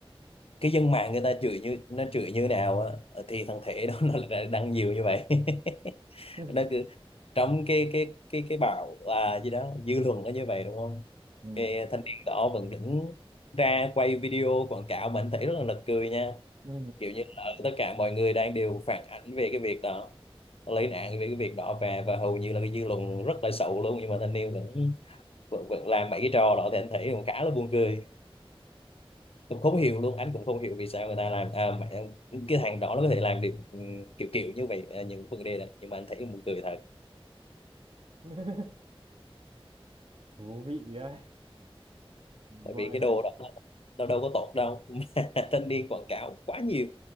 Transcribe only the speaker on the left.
cái dân mạng người ta chửi như nó chửi như nào á thì thằng thể đó <laughs> nó lại đăng nhiều như vậy. <laughs>
nó cứ trong cái cái cái cái bạo à, gì đó dư luận nó như vậy đúng không
cái thanh niên đó vẫn đứng ra quay video quảng cáo mình thấy rất là nực cười nha
kiểu như là tất cả mọi người đang đều phản ánh về cái việc đó lấy nạn về cái việc đó về và hầu như là cái dư luận rất là xấu luôn nhưng mà thanh niên vẫn vẫn, vẫn làm mấy cái trò đó thì anh thấy cũng khá là buồn cười cũng không hiểu luôn anh cũng không hiểu vì sao người ta làm à, mẹ, cái thằng đó nó có thể làm được ừ, kiểu kiểu như vậy à, những vấn đề này nhưng mà anh thấy buồn cười thật
tại
vì cái
đồ đó nó, nó đâu có tốt đâu <laughs> mà thanh niên quảng cáo quá nhiều